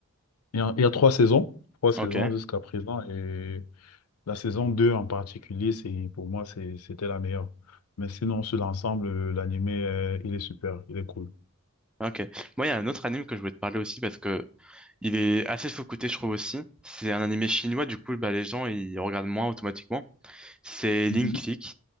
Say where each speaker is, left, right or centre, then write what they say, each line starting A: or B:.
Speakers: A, on the left (about 80°); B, in the centre.
A: Il y a, il y a trois saisons, trois saisons
B: ok.
A: jusqu'à présent. Et la saison 2 en particulier, c'est, pour moi, c'est- c'était la meilleure. Mais sinon, sur l'ensemble, euh, l'anime, euh, il est super, il est cool.
B: Ok. Moi, il y a un autre anime que je voulais te parler aussi parce que il est assez sous-coté, je trouve aussi. C'est un animé chinois, du coup, bah, les gens ils regardent moins automatiquement. C'est Link
A: Mhm.
B: Click.